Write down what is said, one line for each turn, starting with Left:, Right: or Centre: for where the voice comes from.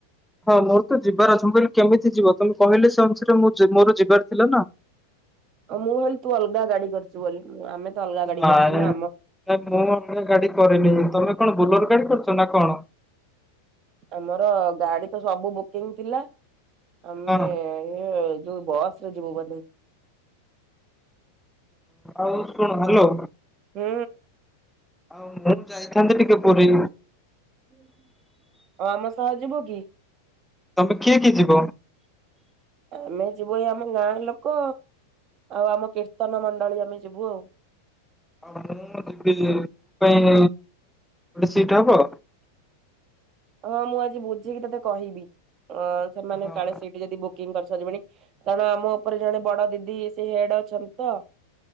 Centre: ହଁ ମୋର ତ ଯିବାର ଅଛି ମୁଁ କହିଲି କେମିତି ଯିବ ତମେ କହିଲେ ସେ ଅନୁସାରେ ମୋର ଯି-ଯିବାର ଥିଲା ନା।
Right: ଆ- ମୁଁ ଭାବିଲି ତୁ ଅଲଗା ଗାଡି କରିଚୁ ବୋଲି ଆମେ ତ ଅଲଗା ଗାଡି
Centre: ନାଇଁ
Right: କରିଛୁ
Centre: -ନାଁଇ
Right: ନା ଆମ
Centre: ମୁଁ ଗାଡି ଅଲଗା କରିନି ତମେ କଣ ବୁଲର୍ ଗାଡି କରୁଚ ନା କଣ?
Right: ଆମର ଗାଡି ତ ସବୁ ବୁକିଂ ଥିଲା ଆମେ
Centre: ହଁ।
Right: ଇଏ ଯଉ ବସ୍ ରେ ଯିବୁ ବୋଧେ।
Centre: ଆଉ ଶୁଣୁ- ହାଲୋ।
Right: ହୁଁ।
Centre: ଆଉ ମୁଁ ଯାଇଥାନ୍ତି ଟିକେ ପୁରୀ।
Right: ହୁଁ ହୁ ଅ- ଆମ ସହ ଯିବୁ କି?
Centre: ତମେ କିଏ କିଏ ଯିବ?
Right: ଆମେ ଯିବୁ ଏଇ ଆମ ଗାଁ ଲୋକ ଆଉ ଆମ କୀର୍ତ୍ତନ ମଣ୍ଡଳୀ ଆମେ ଯିବୁ ଆଉ।
Centre: <unintelligible> ମୋ ପାଇଁ ଗୋଟେ ସିଟ୍ ହବ?
Right: ହଁ ମୁଁ ଆଜି ବୁଝିକି ତତେ କହିବି ଅ ସେମାନେ
Centre: ହଁ।
Right: କାଳେ ସେଇଠି ଯଦି ବୁକିଂ କରିସାରିବେଣି। କାରଣ ଆମ ଉପରେ ଜଣେ ବଡ ଦିଦି ସେ ହେଡ ଅଛନ୍ତି ତ